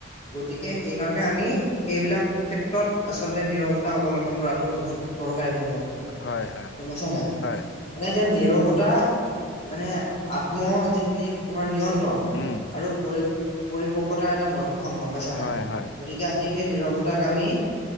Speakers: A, on the left (about 35°); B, on the left (about 65°).
A: গতিকে সেইকাৰণে আমি- সেইবিলাক ক্ষেত্ৰত আচলতে নিৰৱতা অৱলম্বন কৰাটো বহুত দৰকাৰী বুলি মই ভা বো
B: হয় হয়
A: গম পইছা নাই।
B: হয়
A: মানে এতিয়া নীৰৱতা মানে আত্ম যিখিনি তোমাৰ নিয়ন্ত্ৰণ-
B: উম
A: আৰু পৰি পৰিপক্কতাৰ এটা লক্ষণ গম পাইছা নাই।
B: হয় হয়
A: গতিকে আমি সেই নিৰৱ তাক আমি